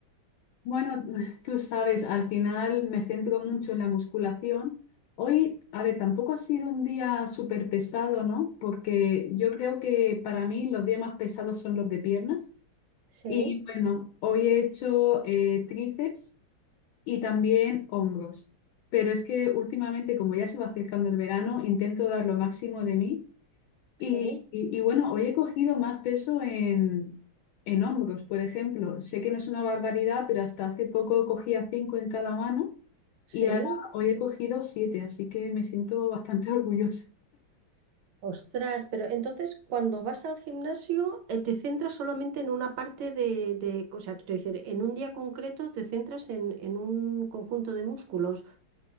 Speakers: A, on the left (about 75°); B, on the right (about 90°).
A: Bueno, <laughs> tú sabes, al final me centro mucho en la musculación. Hoy, a ver, tampoco ha sido un día súper pesado, ¿no? Porque yo creo que para mí los días más pesados son los de piernas.
B: Sí,
A: Y bueno, hoy he hecho eh, tríceps y también hombros. Pero es que últimamente, como ya se va acercando el verano, intento dar lo máximo de mí. Y,
B: sí,
A: y- y bueno, hoy he cogido más peso en, en hombros, por ejemplo. Sé que no es una barbaridad, pero hasta hace poco cogía cinco en cada mano
B: sí.
A: y ahora hoy he cogido siete, así que me siento bastante <laughs> orgullosa.
B: Ostras, pero entonces cuando vas al gimnasio eh, te centras solamente en una parte de, de, o sea, quiero decir, en un día concreto te centras en, en un conjunto de músculos.